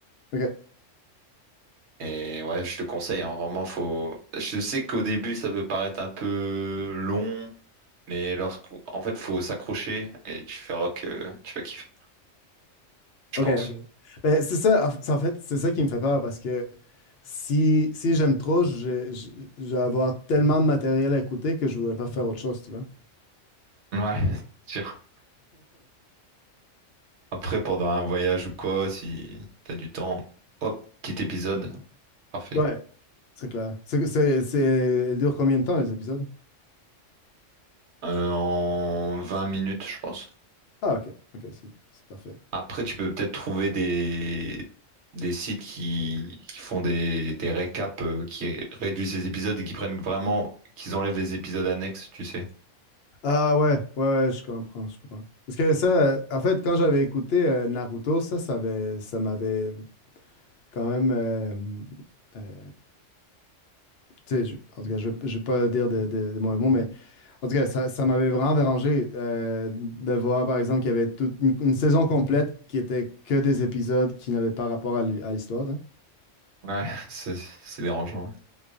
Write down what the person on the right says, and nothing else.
Et ouais, je te conseille, hein, vraiment, faut. Je sais qu'au début, ça peut paraître un peu long. Mais lorsqu'on, en fait, faut s'accrocher et tu verras que tu vas kiffer, je
pense.
Ouais, c'est sûr. Après, pendant un voyage ou quoi, si t'as du temps, hop, petit épisode, parfait.
Euh, en 20 minutes, je pense.
Après, tu peux peut-être trouver des, des sites qui, qui font des, des récaps, euh, qui réduisent les épisodes et qui prennent vraiment, qu'ils enlèvent les épisodes annexes, tu sais.
Ouais, <laughs> c'est c'est dérangeant.